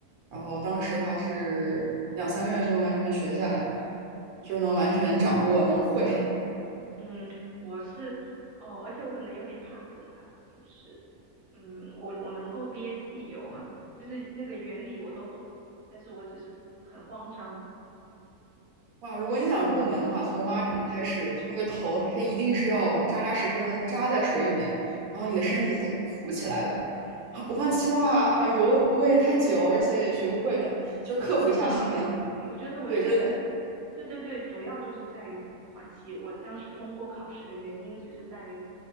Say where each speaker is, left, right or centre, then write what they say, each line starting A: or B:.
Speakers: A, on the right; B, on the right.
A: 然后当时的话是两三个月就能完全学下来，就是能完全掌握，
B: 嗯。
A: 能会。
B: 嗯，我是哦，而且我可能有点怕水吧，就是，嗯，我我能够憋气游，<laughs> 就是那个原理我都懂，但是我只是很慌张，
A: 哇，如果你想入门的话，从蛙泳开始，就那个头，它一定是要扎扎实实的扎在水里面，然后你的身体才可以浮起来的。
B: 嗯，
A: 啊不换气的话，啊，游的不会太久，而且也学不会的，但就是克服一下心里面的
B: 真的啊我觉得我就是，
A: 对，真的。
B: 对对对，主要就是在于不会换气。我当时通过考试的原因只是在于